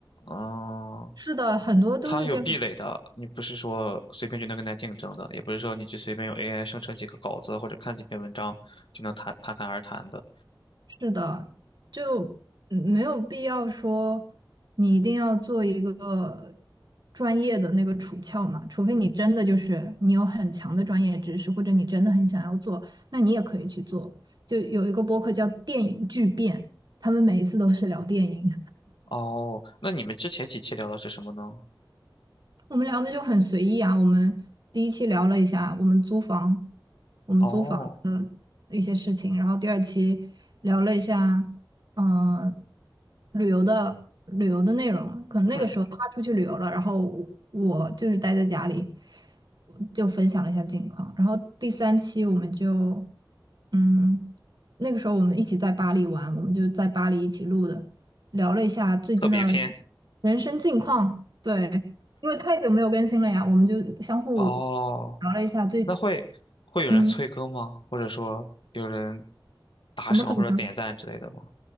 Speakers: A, on the left; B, on the right.
A: 嗯、
B: 是的，很多都是这样。
A: 它有壁垒的，你不是说随便就能跟它竞争的，也不是说你去随便用 AI 生成几个稿子或者看几篇文章就能谈侃侃而谈的。
B: 是的，就嗯没有必要说你一定要做一个专业的那个处翘嘛，除非你真的就是你有很强的专业知识，或者你真的很想要做，那你也可以去做。就有一个播客叫《电影巨变》，他们每一次都是聊电影，
A: 哦，那你们之前几期聊的是什么呢？
B: <laughs> 我们聊的就很随意啊。我们第一期聊了一下我们租房，我们租房。
A: 哦，
B: 一些事情，然后第二期聊了一下，嗯、呃旅游的旅游的内容。可能那个时候他出去旅游了，
A: 嗯，
B: 然后我我就是待在家里，我就分享了一下近况。然后第三期我们就，嗯，那个时候我们一起在巴黎玩，我们就在巴黎一起录的，聊了一下最近的
A: 特别篇。
B: 人生近况。对，因为太久没有更新了呀，我们就相互
A: 哦，
B: 聊了一下最，
A: 那会会有人催更吗？
B: 嗯，
A: 或者说有人打赏或者点赞之类的吗？
B: 怎么可能？